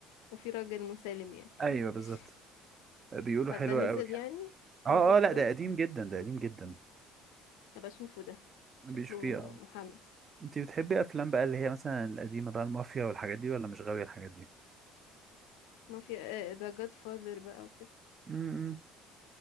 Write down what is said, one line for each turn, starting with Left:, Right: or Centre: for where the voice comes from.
Left: وفي راجل مسالم يعني
Right: ايوه
Left: ماشي
Right: بالظبط بيقولوا
Left: طب
Right: حلوة
Left: ده نزل
Right: قوي
Left: يعني
Right: اه
Left: نزل خلاص
Right: اه لا ده قديم جدا ده قديم جدا
Left: ابقى اشوفه ده
Right: مبيش
Left: شكله
Right: فيه
Left: م-
Right: آه.
Left: محمس
Right: انت بتحبي افلام بقى اللي هي مثلا القديمه بقى المافيا والحاجات دي ولا مش غاويه الحاجات دي
Left: ما في ذا جاد فاذر بقى وكده
Right: امم